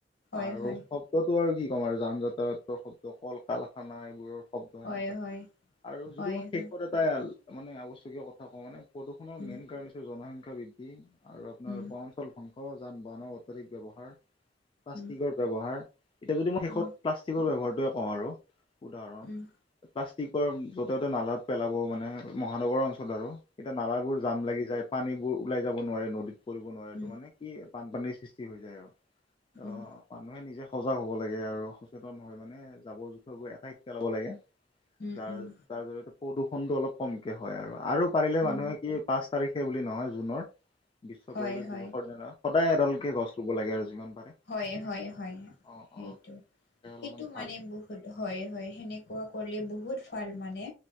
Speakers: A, on the left; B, on the left.
A: হয়
B: আৰু
A: হয়
B: সব শব্দতো আৰু কি ক'ম আৰু যান যাতায়তৰ শব্দ কল কালখানা এইবোৰৰ শব্দ ত'হেনেকুৱা
A: হয় হয়
B: আৰু যদি
A: হয়
B: মই শেষ
A: হয়
B: পদত প্ৰায় মানে আৱশ্যকীয় কথা কওঁ মানে প্ৰদূষণৰ
A: উম
B: মেইন কাৰণ হৈছে জনসংখ্যা বৃদ্ধি। আৰু আপোনাৰ
A: উম
B: বনাঞ্চল ধ্বংস যান-বাহনৰ অত্যাধিক ব্যৱহাৰ, প্লাষ্টিকৰ
A: উম
B: ব্যৱহাৰ এতিয়া যদি মই শেষত
A: উম
B: প্লাষ্টিকৰ ব্যৱহাৰটোৱে কওঁ আৰু উদাহৰণ
A: উম উম
B: প্লাষ্টিকৰ য'তে ত'তে নালাত পেলাব মানে মহানগৰৰ অঞ্চলত আৰু এতিয়া নালাত বোৰ জাম লাগি যায় পানীবোৰ ওলাই যাব নোৱাৰে নদীত পৰিব নোৱাৰে এইটো
A: উম
B: মানে কি বানপানীৰ সৃষ্টি হৈ যায় আৰু তো
A: উম
B: মানুহে নিজে সজাগ হ'ব লাগে আৰু সচেতন হৈ মানে জাবৰ জোথৰ গ এঠাইত পেলাব লাগে।
A: উম
B: যাৰ
A: উম
B: যাৰ জৰিয়তে প্ৰদূষণটো অলপ কমকে হয় আৰু পাৰিলে
A: উম
B: মানুহে কি পাঁচ তাৰিখে বুলি নহয় জুনৰ বিশ্ব
A: হয়
B: পৰিৱেশ
A: হয় হয়
B: দিৱসৰ দিনা সদায় এডালকে গছ ৰুব লাগে আৰু যিমান পাৰে।
A: হয় হয় হয়
B: অ
A: সেইটো,
B: অ অলপমান
A: সেইটো
B: ভাল
A: মানে বহুত হয় হয় সেনেকুৱা কৰিলে বহুত ভাল মানে